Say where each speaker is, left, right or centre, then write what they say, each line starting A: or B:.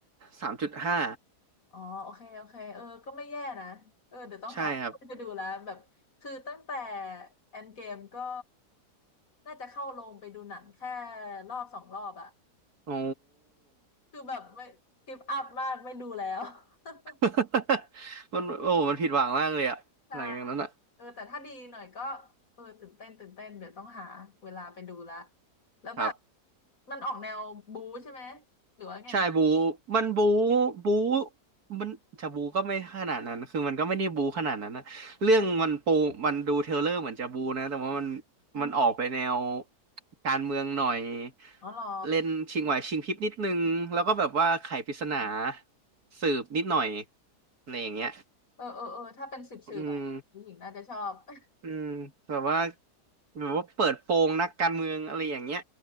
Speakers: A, on the right (about 65°); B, on the left (about 55°).
A: สามจุดห้า
B: อ๋อ โอเคโอเคเออก็ไม่แย่นะเออเดี๋ยวต้องหาไปดูแล้วแบบคือตั้งแต่
A: ใช่ครับ
B: แอนเกมก็ น่าจะเข้าโรงไปดูหนังแค่รอบสองรอบอะ
A: โอ้
B: คือแบบไม่กิฟอัพมากไม่ดูแล้ว <laughs>
A: <laughs> มันโอ้มันผิดหวังมากเลยอะหลังจากนั้นอะ
B: ใช่เออแต่ถ้าดีหน่อยก็ เออ ตื่นเต้นตื่นเต้น เดี๋ยวต้องหาเวลาไปดูละแล้วแบบ
A: ครับ
B: มันออกแนวบู๊ใช่ไหม หรือว่าไง
A: ใช่บูมันบูบูมันจะบูก็ไม่ขนาดนั้นคือมันก็ไม่ได้บูขนาดนั้นนะเรื่องมันปูมันดูเทรลเลอร์เหมือนจะบูนะแต่ว่ามัน
B: อืม
A: มันออกไปแนวการเมืองหน่อย
B: อ๋อเหรอ
A: เล่นชิงไหวชิงพริบนิดนึงแล้วก็แบบว่าไขปริศนาสืบนิดหน่อยอะไรอย่างเงี้ย
B: เออเออเออถ้าเป็นสืบสืบอะไรผู้หญิงน่าจะชอบ
A: อืม
B: <laughs>
A: อืมแบบว่าแบบว่าเปิดโปงนักการเมืองอะไรอย่างเงี้ย